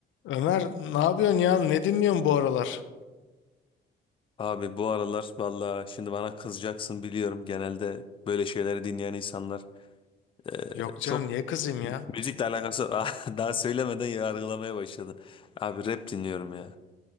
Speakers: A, on the left; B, on the left.
A: Ömer ne yapıyorsun ya? Ne dinliyorsun bu aralar?
B: Abi bu aralar valla şimdi bana kızacaksın biliyorum genelde böyle şeyleri dinleyen insanlar eee,
A: Yok canım
B: çok
A: niye kızayım ya?
B: müzikle alakası <laughs> daha söylemeden yargılamaya başladı. Abi rap dinliyorum ya.